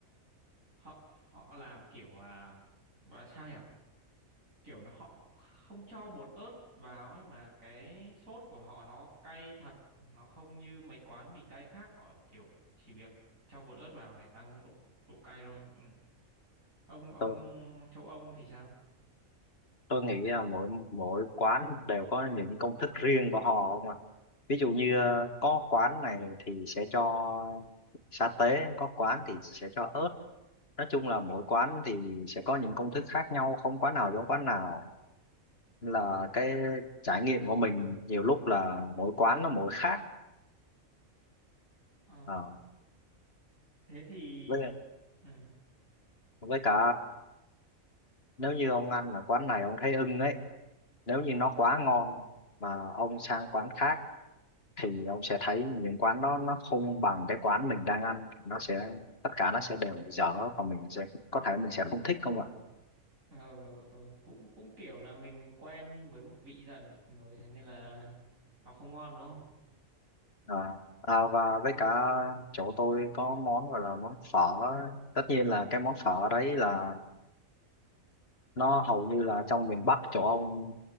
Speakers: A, on the right; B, on the left.
A: họ họ làm kiểu à, gọi là sao nhỉ kiểu nó họ không cho bột ớt vào ấy mà cái sốt của họ nó cay thật nó không như mấy quán mì cay khác họ kiểu chỉ việc cho bột ớt vào để tăng độ khổ- độ cay thôi ừ. ông ông
B: tôi
A: châu ông thì sao
B: tôi nghĩ là mỗi mỗi quán đều có những công thức riêng của họ không ạ ví dụ như ờ, có quán này thì sẽ cho sa tế có quán thì sẽ cho ớt nói chung là mỗi quán thì sẽ có những công thức khác nhau không quán nào giống quán nào Nên là cái trải nghiệm của mình nhiều lúc là mỗi quán nó mỗi khác
A: Ờ,
B: Ờ
A: thế thì
B: với
A: ừ.
B: với cả nếu như ông ăn ở quán này ông thấy ưng ấy nếu như nó quá ngon mà ông sang quán khác thì ông sẽ thấy những quán đó nó không bằng cái quán mình đang ăn nó sẽ tất cả nó sẽ đều dở và mình sẽ có thể mình sẽ không thích không ạ
A: ờ, ờ, cũng cũng kiểu là mình quen với một vị dần rồi thế nên là nó không ngon đúng không
B: à, à, và với cả chỗ tôi có món gọi là món phở tất nhiên là cái món phở đấy là nó hầu như là trong miền Bắc chỗ ông